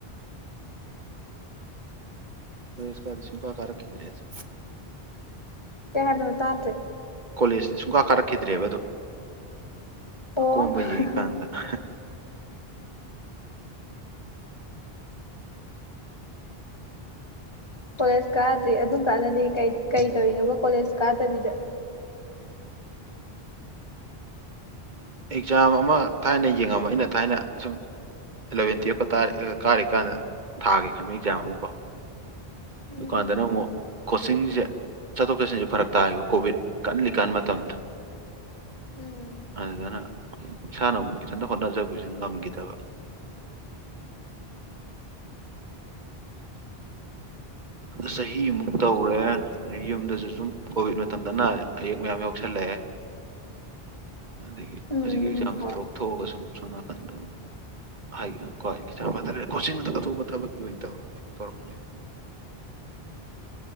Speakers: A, on the right; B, on the left.
A: ꯀꯣꯂꯦꯁꯀꯥꯗꯤ ꯁꯨꯡꯀꯤ ꯀꯥꯔꯛꯈꯤꯗ꯭ꯔꯦꯗ
B: ꯀꯩ ꯍꯥꯏꯕ ꯇꯥꯗ꯭ꯔꯦ
A: ꯀꯣꯂꯦꯖꯇꯤ ꯁꯨꯡꯀꯥ ꯀꯥꯔꯛꯈꯤꯗ꯭ꯔꯦꯕ ꯑꯗꯨꯝ
B: ꯑꯣ
A: ꯑꯀꯣꯝꯕ ꯌꯦꯡꯉꯤꯀꯥꯟꯗ ꯑꯟꯑꯣꯗꯤꯕꯜ
B: ꯀꯣꯂꯦꯖ ꯀꯥꯗ꯭ꯔꯤ ꯑꯗꯨꯝ ꯀꯥꯟꯗꯗꯤ ꯀꯩ ꯀꯩ ꯇꯧꯔꯤꯅꯣꯕ ꯀꯣꯂꯦꯖ ꯀꯥꯗꯕꯤꯗ
A: ꯑꯦꯛꯖꯥꯝ ꯑꯃ ꯊꯥꯏꯅ ꯌꯦꯡꯉꯝꯕ ꯑꯩꯅ ꯊꯥꯏꯅ ꯁꯨꯝ ꯑꯦꯂꯚꯦꯟ ꯇꯨꯌꯦꯜꯞꯀꯥ ꯀꯥꯔꯤꯛꯀꯥꯟꯗ ꯊꯥꯒꯦ ꯈꯟꯕ ꯑꯦꯛꯖꯥꯝ ꯑꯃ ꯀꯣ
B: ꯎꯝ
A: ꯑꯗꯨꯀꯥꯟꯗꯅ ꯑꯃꯨꯛ ꯀꯣꯆꯤꯡꯖꯦ ꯆꯠꯊꯣꯛ ꯆꯠꯁꯤꯟꯁꯦ ꯐꯔꯛ ꯇꯥꯏꯌꯦꯕ ꯀꯣꯚꯤꯠ ꯀꯟꯜꯂꯤꯀꯥꯟ ꯃꯇꯝꯗꯨ
B: ꯎꯝ
A: ꯑꯗꯨꯗꯅ ꯏꯁꯥꯅ ꯑꯃꯨꯛ ꯏꯊꯟꯇ ꯍꯣꯠꯅꯖꯕꯁꯨ ꯉꯝꯒꯤꯗꯕ ꯑ ꯆꯍꯤꯃꯨꯛ ꯇꯧꯔꯦ ꯑꯗꯩ ꯌꯨꯝꯗꯁꯨ ꯁꯨꯝ ꯀꯣꯚꯤꯠ ꯃꯇꯝꯗꯅ ꯑꯌꯦꯛ ꯃꯌꯥꯝ ꯌꯥꯎꯁꯜꯂꯛꯑꯦ ꯑꯗꯒꯤ
B: ꯎꯝ
A: ꯍꯧꯖꯤꯛꯀꯤ ꯑꯦꯛꯖꯥꯝꯁꯤ
B: ꯍꯣꯏ
A: ꯇꯣꯛꯊꯣꯛꯑꯒ ꯁꯨꯝ ꯁꯣꯝ ꯅꯥꯀꯟꯗ ꯑꯃꯨꯛ ꯍꯥꯏ ꯑ ꯀꯣ ꯑꯟꯏꯟꯇꯦꯜꯂꯤꯖꯦꯕꯜ ꯀꯣꯆꯤꯡꯗꯨ ꯑꯇꯣꯞꯄ ꯊꯕꯛꯀꯤ ꯑꯣꯏꯅ ꯇꯧꯔꯒꯦ ꯇꯧꯔꯛꯄꯅꯤ